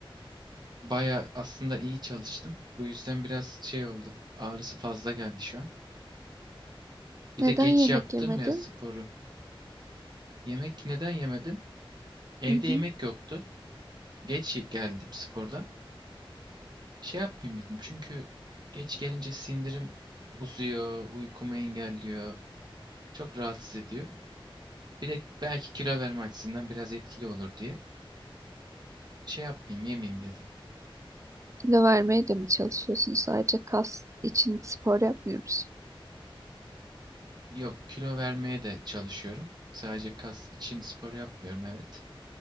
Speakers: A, on the right; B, on the right.
A: Baya aslında iyi çalıştım. Bu yüzden biraz şey oldu. Ağrısı fazla geldi şu an. Bir
B: Neden
A: de geç
B: yemek
A: yaptım
B: yemedin?
A: ya sporu. Yemek neden yemedim? Evde
B: Hı
A: yemek
B: hı.
A: yoktu. Geç geldim spordan. Şey yapmayayım dedim. Çünkü geç gelince sindirim uzuyor, uykumu engelliyor. Çok rahatsız ediyor. Bir de belki kilo verme açısından biraz etkili olur diye. Şey yapmayayım, yemeyeyim dedim.
B: Kilo vermeye de mi çalışıyorsun? Sadece kas için spor yapmıyor musun?
A: Yok, kilo vermeye de çalışıyorum. Sadece kas için spor yapmıyorum, evet.